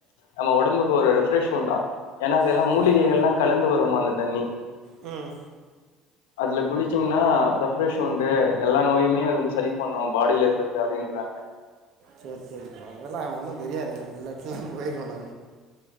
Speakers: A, on the left; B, on the right.
A: நம்ம ஒடம்புக்கு ஒரு ரெஃபிஷ் உண்டா ஏன்னா அதெல்லா
B: அப்படியா
A: மூலிகைங்க எல்லா கலந்து வருமா அந்து தண்ணி
B: ம்
A: அதுல குளிச்சீங்கன்னா ரெஃப்ரெஷ் உண்டு எல்லா நோயுமே வந்து சரி பண்ணோ பாடியில இருக்கிறது அப்டின்றாங்க
B: சரி சரிப்பா அதெல்லா ஒன்னு தெரியாது அந்த எத்துல போய்யிருக்க